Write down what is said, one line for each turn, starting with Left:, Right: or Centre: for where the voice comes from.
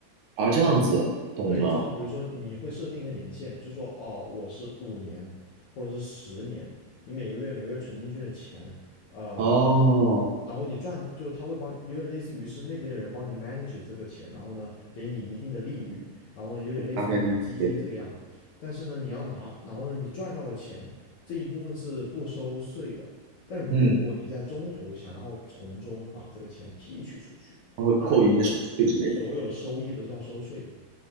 Right: 啊，这样子懂了。
Left: 对，就是比如说你会设定一个年限，就是说哦，我是五年或者是十年，你每个月每个月存进去的钱，呃，
Right: 哦，
Left: 它是，然后你赚，就是他会帮，有点类似于是那边的人帮你 manage 这个钱，然后呢，给你一定的利率，然后呢，有点类似于买基金这个样，
Right: 我大概理解。
Left: 但是呢，你要拿，然后呢，你赚到了钱这一部分是不收税的，但如果你在中途想要从中把这个钱提取出去，
Right: 嗯，它会扣一些手续费之类的。
Left: 那你的所有的收益都是要收税的。